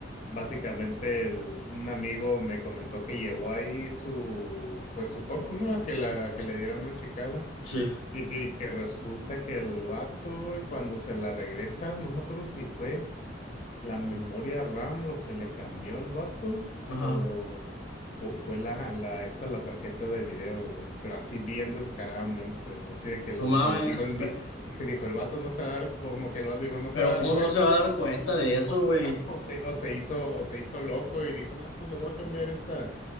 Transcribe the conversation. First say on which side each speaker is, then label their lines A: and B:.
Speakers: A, on the left; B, on the left.
A: Básicamente el- un amigo me comentó que llevó ahí su, pues su compu, ¿no? A que la, que le dieran una checada.
B: Sí.
A: Y que, y que resulta que el vato, eh, cuando se la regresa, no me acuerdo si fue la memoria RAM lo que le cambió el vato
B: Ajá.
A: o, o fue la, la, esta, la tarjeta de video, güey. Pero así bien descaradamente, güey. Así de que, el-
B: No mames.
A: o sea, dijo el,
B: pe-
A: di- dijo, dijo el vato no se va a dar, como que el vato dijo no
B: Pero,
A: se va a dar
B: ¿cómo
A: cuenta.
B: no se va a dar cuenta de eso,
A: O se,
B: güey?
A: <laughs> o se, o se hizo, o se hizo loco y dijo, no, pues le voy a cambiar esta,